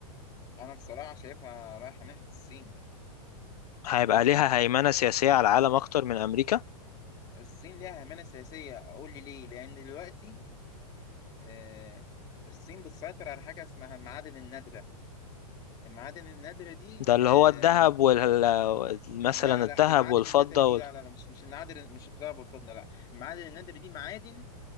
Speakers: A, on the left; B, on the left.
A: أنا بصراحة شايفها رايحة ناحية الصين
B: هيبقى ليها هيمنة سياسية على العالم أكتر من أمريكا
A: الصين ليها همانة سياسية أقول لي ليه لأن دلوقتي آه، الصين بتسيطر على حاجة اسمها المعادن النادرة المعادن النادرة دي
B: ده اللي
A: آه،
B: هو الذهب وال مثلا
A: لا لا
B: الذهب
A: دي المعادن
B: والفضة
A: النادرة دي
B: وال...
A: لا لا لا، مش مش النادر مش الذهب والفضة لا المعادن النادرة دي معادن